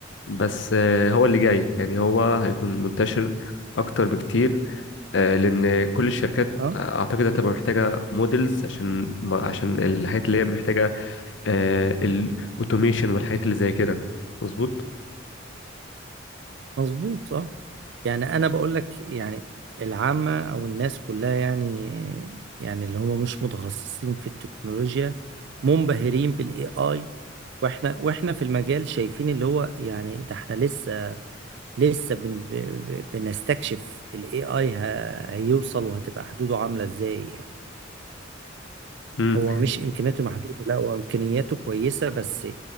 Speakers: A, on the left; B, on the right.
A: بس آه هو اللي جاي يعني هو هيكون منتشر اكتر بكتير آه، لان كل الشركات
B: اه
A: آه، اعتقد هتبقى محتاجه موديلز عشان ما- عشان الحاجات اللي هي محتاجه الاوتوميشن والحاجات اللي زي كده مظبوط
B: مظبوط اه يعني أنا بقول لك يعني العامة أو الناس كلها يعني يعني اللي هم مش متخصصين في التكنولوجيا منبهرين بالاي اي واحنا واحنا في المجال شايفين اللي هو يعني ده احنا لسه لسه بن... ب- ب- بنستكشف ال AI ه... هيوصل وهتبقى حدوده عاملة ازاي يعني
A: امم
B: هو مش امكانياته محدودة لا هو امكانياته كويسة بس